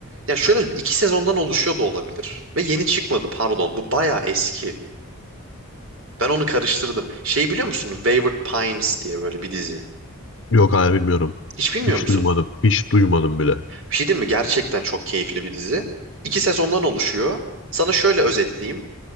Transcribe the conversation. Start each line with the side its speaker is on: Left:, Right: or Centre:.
Right: ya şöyle iki sezondan oluşuyor da olabilir. Ve yeni çıkmadı pardon. Bu bayağı eski. Ben onu karıştırdım. Şey biliyor musun? Wayward Pines diye böyle bir dizi.
Left: Yok hayır bilmiyorum.
Right: Hiç bilmiyor
Left: Hiç
Right: musun?
Left: duymadım. Hiç duymadım bile.
Right: Bir şey değil mi? Gerçekten çok keyifli bir dizi. İki sezondan oluşuyor. Sana şöyle özetleyeyim.